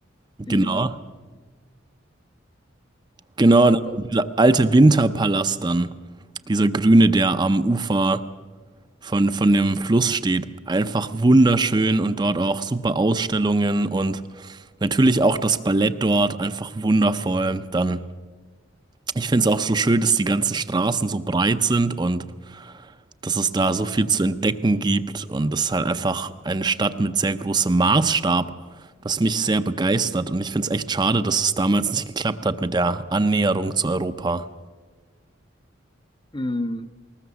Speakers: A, on the right; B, on the left.
A: genau,
B: die,
A: genau,
B: ja,
A: das,
B: ich weiß,
A: dieser alte Winterpalast dann, dieser grüne, der am Ufer von, von dem Fluss steht, einfach wunderschön und dort auch super Ausstellungen und natürlich auch das Ballett dort einfach wundervoll. Dann, ich finde es auch so schön, dass die ganzen Straßen so breit sind und dass es da so viel zu entdecken gibt und das ist halt einfach eine Stadt mit sehr großem Maßstab, was mich sehr begeistert und ich finde es echt schade, dass es damals nicht geklappt hat mit der Annäherung zu Europa.
B: mm,